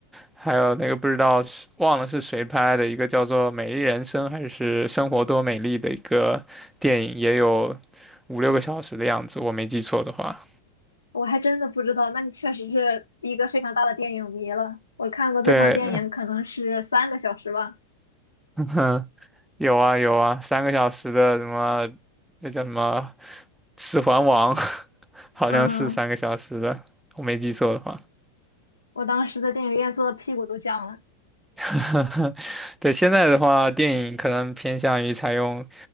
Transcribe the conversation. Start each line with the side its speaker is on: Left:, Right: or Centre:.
Centre: 还有那个不知道是忘了是谁拍的一个叫做《美丽人生》还是《生活多美丽》的一个电影，也有五六个小时的样子，我没记错的话。
Left: 我还真的不知道，那你确实是一个非常大的电影迷了。我看过最长电影可能是三个小时吧。
Centre: 对，<laughs> 有啊有啊，三个小时的什么，那叫什么《指环王》，<laughs> 好像是三个小时的，
Left: 嗯，
Centre: 我没记错的话。
Left: 我当时在电影院坐的屁股都僵了。
Centre: <laughs> 对，现在的话，电影可能偏向于采用